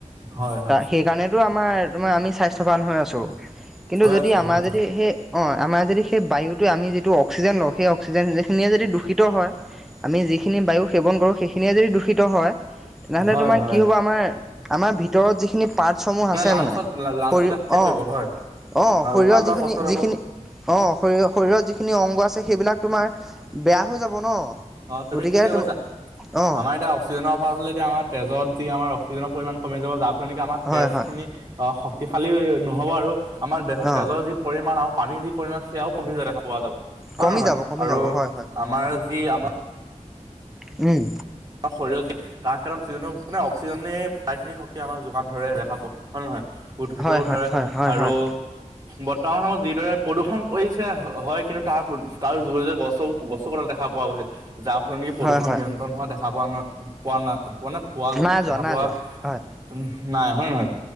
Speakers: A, on the right; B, in the centre.
A: হয়, হয়,
B: সেইকাৰণেটো‌ আমাৰ আমাৰ আমি স্বাস্থ্যৱান হৈ আছোঁ কিন্তু
A: হৈ
B: যদি
A: আছো
B: আমাৰ
A: হয়,
B: যদি
A: হয়,
B: সেই অ', আমাৰ যদি সেই বায়ুটোৱে আমি যিটো অক্সিজেন লওঁ সেই অক্সিজেন যিখিনিয়ে যদি দূষিত হয় আমি যিখিনি বায়ু সেৱন কৰোঁ সেইখিনিয়ে যদি দূষিত হয় তেনেহ'লে
A: হয়-
B: তোমাৰ
A: হয়
B: কি হ'ব আমাৰ আমাৰ ভিতৰত যিখিনি পাৰ্টচসমূহ আছে
A: লাংচত
B: মানে
A: লাংচত
B: শৰী অ',
A: এফেক্ট কৰিব হয়,
B: অ',
A: হয়
B: শৰীৰৰ
A: উশাহ লোৱা
B: যিখিনি
A: কষ্টত
B: যিখিনি
A: হ'ব।
B: অ', শৰ শৰীৰৰ যিখিনি অংগ আছে সেইবিলাক তোমাৰ বেয়া হৈ যাব ন
A: অ', তুমি
B: গতিকে
A: ঠিকে
B: তুম
A: কৈছা
B: অ
A: আমাৰ এতিয়া অক্সিজেনৰ অভাৱ হলে এতিয়া আমাৰ তেজত যি আমাৰ অক্সিজেনৰ পৰিমাণ কমি যাব যাৰ ফল নেকি আমাৰ
B: হয়
A: তেজখিনি
B: হয়
A: শক্তিশালী নহ'ব আৰু আমাৰ দেহত
B: অ
A: তেজৰ যি পৰিমাণ আৰু পানীৰ যি পৰিমাণ সেয়াও কমি যোৱা দেখা পোৱা যাব। হয়নে
B: কমি
A: নহয়
B: যাব কমি
A: আৰু
B: যাব হয় হয়
A: আমাৰ যি আমাৰ
B: উম
A: আমাৰ শৰীৰৰ তাৰ ক্ষেতত অক্সিজেনৰ মানে অক্সিজেনে প্ৰায়খিনি শক্তিয়ে আমাৰ যোগান ধৰে দেখা পোৱা হয়নে নহয়। উদ্ভিদেও
B: হয় হয়
A: ধৰে
B: হয় হয়
A: আৰু
B: হয়
A: বৰ্তমান সময়ত যিদৰে প্ৰদূষণ কৰিছে হয় কিন্তু তাৰ -তাৰ যোগেদি গছ গছ <unintelligible> দেখা পোৱা গৈছে যাৰ ফলনি প্ৰদূষণ
B: হয় হয়
A: নিয়ন্ত্ৰণ হোৱা দেখা পোৱা নাই পোৱা নাই পোৱানে পোৱা
B: নাই
A: দেখা
B: যোৱা নাই
A: পোৱা
B: যোৱা হয়
A: উফ নাই হয়নে নহয়